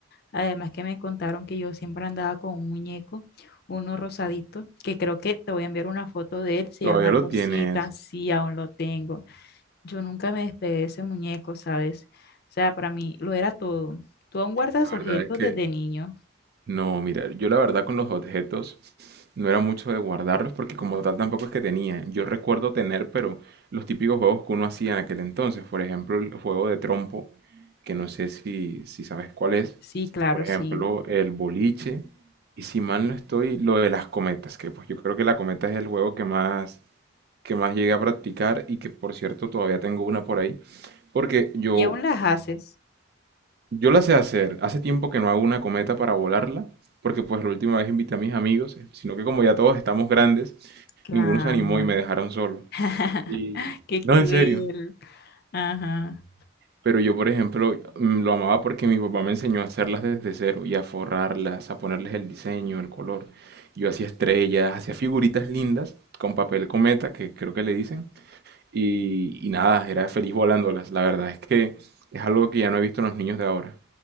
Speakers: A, on the left; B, on the right.
A: además que me contaron que yo siempre andaba con un muñeco, uno rosadito, que creo que te voy a enviar una foto de él, se
B: Todavía
A: llama
B: lo
A: Rosita,
B: tienes.
A: sí, aún lo tengo, yo nunca me despegué de ese muñeco, ¿sabes? O sea, para mí lo era todo. ¿Tú aún guardas
B: La
A: objetos
B: verdad es que
A: desde niño?
B: No, mira, yo la verdad con los objetos no era mucho de guardarlos porque como tal tampoco es que tenía. Yo recuerdo tener, pero los típicos juegos que uno hacía en aquel entonces, por ejemplo, el juego de trompo, que no sé si, si sabes cuál es,
A: Sí, claro,
B: por ejemplo,
A: sí.
B: el boliche, y si mal no estoy, lo de las cometas, que pues yo creo que la cometa es el juego que más, que más llegué a practicar y que por cierto todavía tengo una por ahí, porque yo
A: ¿Y aún las haces?
B: yo la sé hacer. Hace tiempo que no hago una cometa para volarla, porque pues la última vez invité a mis amigos, eh, sino que como ya todos estamos grandes,
A: Claro.
B: ninguno se animó y me dejaron solo.
A: <laughs>
B: Y
A: Qué
B: no,
A: cruel.
B: en serio.
A: Ajá.
B: Pero yo, por ejemplo, mm, lo amaba porque mi papá me enseñó a hacerlas desde cero y a forrarlas, a ponerles el diseño, el color. Yo hacía estrellas, hacía figuritas lindas con papel cometa, que creo que le dicen. Y, y nada, era feliz volándolas. La verdad es que es algo que ya no he visto en los niños de ahora.